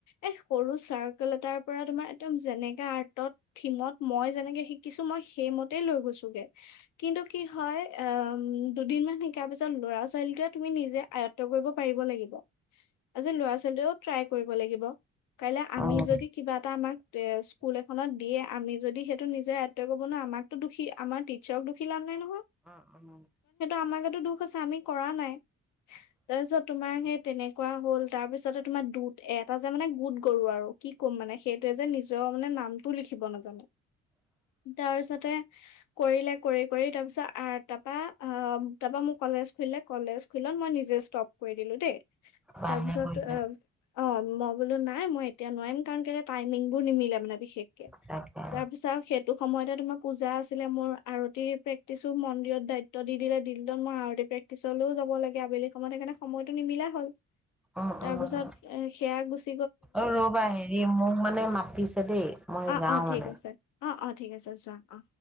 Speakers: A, on the left; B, in the centre.
A: এ সৰু চাৰ্কেল এটাৰ পৰা তোমাৰ একদম যেনেকা আৰ্টত থিমত মই যেনেকে শিকিছো মই সেইমতেই লৈ গৈছোগে। কিন্তু কি হয়, আহ' দুদিনমান শিকাৰ পিছত লৰা ছোৱালীটোৱে তুমি নিজে আয়ত্ব কৰিব পাৰিব লাগিব। আজি লৰা ছোৱালীও ট্ৰাই কৰিব লাগিব। কাইলে আমি
B: অ অ
A: যদি কিবা এটা আমাক এ স্কুল এখনত দিয়ে আমি যদি সেইটো নিজে আয়ত্ব কৰিব নোৱাৰো আমাকতো দুখী, আমাৰ <unintelligible> কাৰণ সেইটো
B: উম, উম।
A: আমাৰ গাটো দু কৈছে আমি কৰা নাই। তাৰপিছত তোমাৰ সেই তেনেকুৱা হল, তাৰ পিছতে তোমাৰ দুট এ এটা যে মানে গোট গৰু আৰু কি ক'ম মানে, সেইটোৱে যে নিজৰ মানে নামটো লিখিব নাজানে। তাৰপিছতে কৰিলে কৰি কৰি তাৰ পিছত আৰ তাৰপা আহ, তাৰপা মোৰ কলেজ খুলিলে কলেজ খুলিলত মই নিজে ষ্টপ কৰি দিলো দেই।
B: ভালে
A: তাৰপিছত
B: কৰিলে
A: অ' অ' মই বোলো নাই নাই মই এতিয়া নোৱাৰিম কাৰণ কে টাইমিং বোৰ নিমিলে মানে বিশেষ
B: তাকে,
A: তাৰ পিছত আৰু সেইটো সময়তে তোমাৰ পূজা আছিলে মোৰ। আৰতি প্ৰেক্টিচো মন্দিৰত দায়িত্ব দি দিলে দিনটো মই আৰতি প্ৰেক্টিচলৈও যাব লাগে আবেলি সময়ত সেইকাৰণে সময়তটো নিমিলা হ'ল।
B: উম,
A: তাৰপিছত
B: উম।
A: এ। সেয়া গোছ।
B: অ ৰবা হেৰি মোক মানে মাতিছে দেই মই
A: অ
B: যাও
A: অ ঠিক
B: মানে।
A: আছে অ অ ঠিক আছে যোৱা অ।